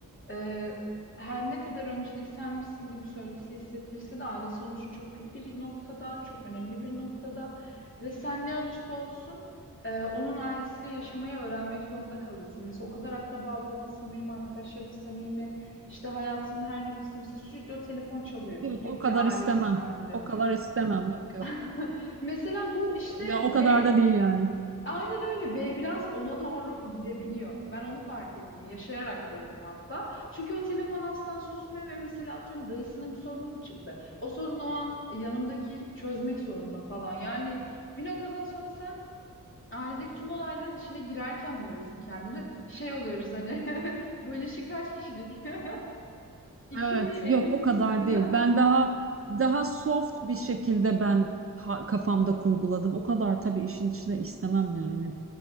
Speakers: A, on the left (about 35°); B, on the right (about 40°).
A: Ee, her ne kadar öncelik sen misin gibi söylese hissettirse de ailesi onun için çok büyük bir noktada, çok önemli bir noktada ve sen ne olursa olsun e, onun ailesiyle yaşamayı öğrenmek zorunda kalıyorsun. Mesela o kadar akrabalarıyla samimi, arkadaşlarıyla samimi, işte hayatının her noktasında mesela sürekli o telefon çalıyor,
B: Yok
A: sürekli
B: o kadar
A: ailesinden
B: istemem.
A: biri.
B: O kadar istemem. Yok yok.
A: <laughs> Mesela bu işte
B: Ya
A: B
B: o kadar da değil yani.
A: Aynen öyle. B biraz ona doğru gidebiliyor. Ben onu fark ettim. Yaşayarak gördüm hatta. Çünkü o telefon asla susmuyor ve mesela atıyorum dayısının bir sorunu mu çıktı? O sorunu o an yanımdaki çözmek zorunda falan. Yani bir noktadan sonra sen ailedeki tüm olayların içine girerken buluyorsun kendini. Şey oluyoruz hani <laughs> bu ilişki kaç kişilik? <laughs> İki
B: Evet,
A: mi emin
B: yok o
A: misin?
B: kadar değil.
A: <laughs>
B: Ben daha daha soft bir şekilde ben ha- kafamda kurguladım. O kadar tabii işin içine istemem yani.